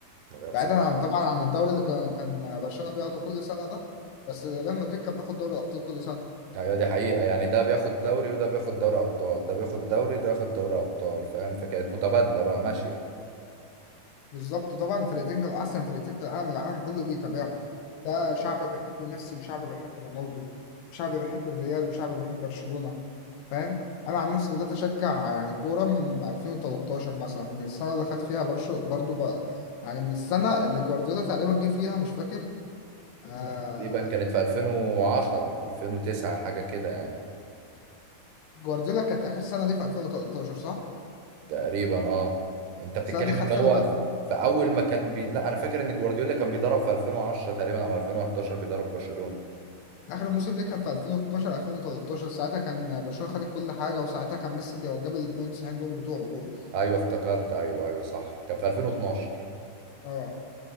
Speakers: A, on the right; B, on the left.
A: يا بصراحة
B: بعيدا عن طبعا عن الدوري اللي كان كان برشلونه بياخده كل سنه ده بس ريال مدريد كان بياخد دوري ابطال كل سنه
A: ايوه دي حقيقة يعني ده بياخد دوري وده بياخد دوري ابطال ده بياخد دوري ده ياخد دوري ابطال فاهم فكانت متبادلة بقى ماشية
B: بالظبط طبعا الفرقتين كانوا احسن فرقتين في العالم العالم كله بيتابعهم ده شعب بيحب ميسي وشعب بيحب رونالدو شعب بيحب الريال وشعب بيحب برشلونه فاهم انا عن نفسي بدات اشجع يعني كوره من 2013 مثلا من السنه اللي خد فيها برشو برضو بقى يعني من السنه اللي جوارديولا تقريبا جه فيها مش فاكر آه،
A: تقريبا كانت في 2010 2009 حاجة كده يعني
B: جوارديولا كانت اخر سنه ليه في 2013 صح؟
A: تقريبا اه انت بتتكلم
B: السنه دي خد
A: ان
B: فيها
A: هو
B: بقى
A: في في اول ما كان بي... لا انا فاكر ان جوارديولا كان بيدرب في 2010 تقريبا او 2011 بيدرب برشلونة
B: اخر موسم ليه كان في 2012 2013 ساعتها كان برشلونه خدت كل حاجه وساعتها كان ميسي جا- جاب ال 92 جون بتوعه دول
A: ايوه افتكرت ايوه ايوه صح كان في 2012
B: اه